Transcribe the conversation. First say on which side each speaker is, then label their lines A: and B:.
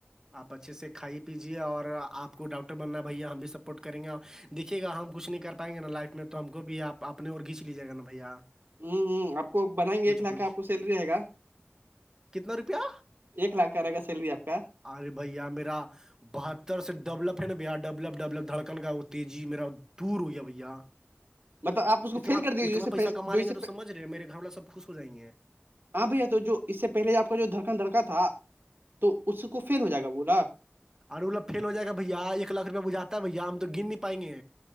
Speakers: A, on the right; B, on the right.
A: آپ اچھے سے کھائی پیجیے اور آپ آ کو ڈاکٹر بننا ہے بھیا ہم بھی سپورٹ کریں گے دیکے گا ہم کچھ نہیں کر پائیں گے نا لائف میں تو ہم کو بھی آپ آپنے اور کھیچ لیجیے گا بھیا
B: ہوں ہ آپ کو بنائیں گے
A: کچھ
B: ایک لاکھ
A: کچھ
B: کا آپ کو سیلری رہےا
A: کتنا روپیہ
B: ایک لاکھ کا رہے گا سیلری آپ کا
A: ارے بھیا میرا بہتر سے ڈلپ ہے نا بھیا ڈیلپ ڈلپ دھڑکن کا وہ تیزی میرا دور ہو گیا بھیا
B: <inaudible> آپ اس کو
A: اتنا
B: فیل کر دیجیے
A: اتنا
B: جس سے
A: پیسہ کما
B: جو
A: لیں
B: اس
A: گے
B: سے
A: تو سمجھ رہے ہیں میرے گھر والا سب خوش ہو جائیں گے
B: ہاں بھیا تو جو اس سے پہلے آپ کا جو دھڑکن دھڑکا تھا تو اس کو فیل ہو جائے گا بولا
A: اورر اوب فیل ہو جائے گا بھیا ایک لھوپ بجاتا ہے بھیا ہم تو گن نہیں پائیںے